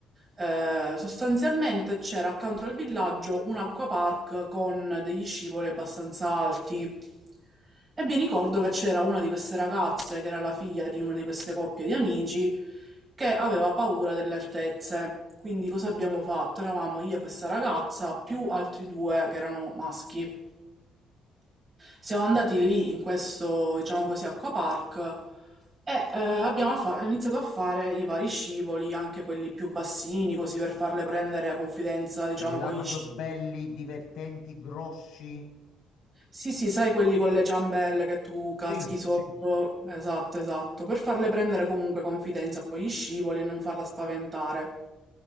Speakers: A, on the right (about 20°); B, on the left (about 70°).
A: eh, sostanzialmente c'era accanto al villaggio un acquapark con degli scivoli abbastanza alti. E mi ricordo che c'era una di queste ragazze che era la figlia di una di queste coppie di amici che aveva paura delle altezze. Quindi cosa abbiamo fatto? Eravamo io e questa ragazza più altri due che erano maschi. Siamo andati lì in questo, diciamo così, acquapark e eh, abbiamo fa- iniziato a fare i vari scivoli, anche quelli più bassini, così per farle prendere confidenza, diciamo,
B: quelli là
A: con
B: proprio
A: gli sci.
B: belli, divertenti, grossi.
A: Sì, sì, sai quelli con le ciambelle che tu caschi
B: Sì,
A: sotto?
B: sì,
A: Esatto, esatto, per farle prendere comunque confidenza con gli scivoli e non farla spaventare.